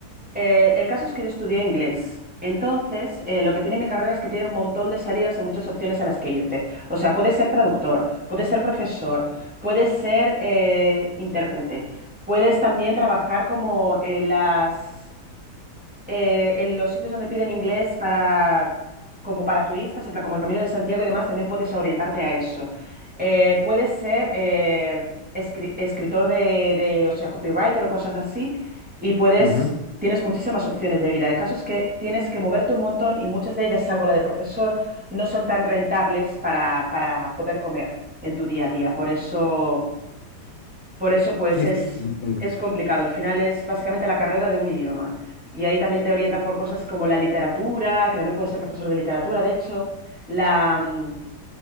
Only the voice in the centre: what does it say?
Eh, el caso es que yo estudié inglés. Entonces, eh, lo que tiene mi carrera es que tiene un montón de salidas y muchas opciones a las que irte. O sea, puedes ser traductor, puedes ser profesor, puedes ser eh, intérprete, puedes también trabajar como en las eh, en los sitios donde piden inglés para, como para turistas, en plan, como el Camino de Santiago y demás, también puedes orientarte a eso. Eh, puedes ser eh, escri- escritor de, de, o sea, copywriter o cosas así, y puedes,
tienes muchísimas opciones de vida. El caso es que tienes que moverte un montón y muchas de ellas, salvo la de profesor, no son tan rentables para, para poder comer en tu día a día. Por eso por eso, pues
es,
es complicado. Al final es básicamente la carrera de un idioma. Y ahí también te orientan por cosas como la literatura, que también puedes ser profesor de literatura, de hecho, la, mm,